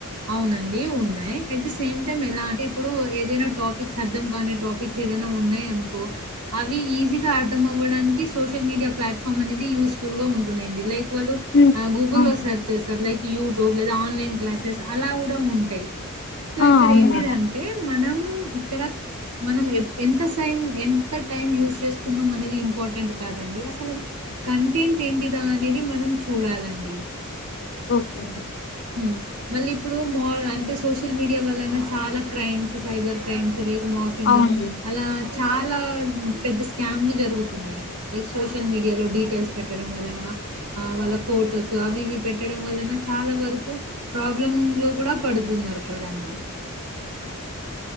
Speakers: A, on the right (about 85°); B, on the left (about 50°).
A: అవునండి ఉన్నాయి. అట్ ది సేమ్ టైమ్ ఎలా అంటే, ఇప్పుడు ఏదైనా టాపిక్స్ అర్థం కాని టాపిక్స్ ఏదైనా ఉన్నాయి అనుకో, అవి ఈజీగా అర్థం అవ్వడానికి సోషల్ మీడియా ప్లాట్ఫామ్ అనేది యూస్ ఫుల్ గా ఉంటున్నాయండి. లైక్ వాళ్ళు
B: ఉమ్,
A: గూగుల్లో
B: అవును.
A: సర్చ్ చేస్తారు లైక్ యుట్యూబ్ లేదా ఆన్లైన్ క్లాస్ సెస్ అలా కూడా ఉంటాయి. సో
B: ఆ
A: ఇక్కడ
B: అవునండి
A: ఏంటిదంటే మనం ఇక్కడ మనం ఎంత సైం ఎంత టైం యూస్ చేస్తున్నాం అనేది ఇంపార్టెంట్ కాదండి అసలు అది కంటెంట్ ఏంటిదా అనేది మనం చూ చూడాలండి
B: ఓకే
A: హ్మ్ మళ్ళీ ఇప్పుడు మ అంటే సోషల్ మీడియా వల్లన చాలా crimes cyber crimes like morphing
B: అవును
A: అలా చాలా పెద్ద స్కామ్లు జరుగుతున్నాయి లైక్ సోషల్ మీడియాలో డీటెయిల్స్ పెట్టడం వలన ఆ వాళ్ళ ఫోటోస్ అవి ఇవి పెట్టడం వలన చాలా వర కు ప్రాబ్లమ్ లో కూడా పడుతున్నారు కదండి